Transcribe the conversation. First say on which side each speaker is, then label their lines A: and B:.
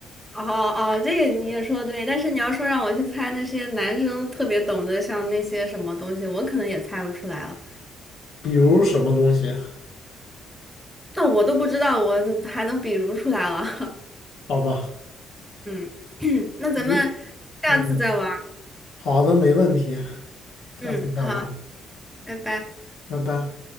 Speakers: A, in the centre; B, on the left.
A: 哦哦，这个你也说得对，但是你要说让我去猜那些男生特别懂得像那些什么东西，我可能也猜不出来了。
B: 比如什么东西？
A: 那我都不知道，我还能比如出来了。<laughs>
B: 好吧，
A: 嗯，<clears throat> 那咱们
B: 你
A: 下次再玩儿
B: 嗯，好的，没问题，下次再玩，
A: 嗯，好，拜拜。
B: 拜拜。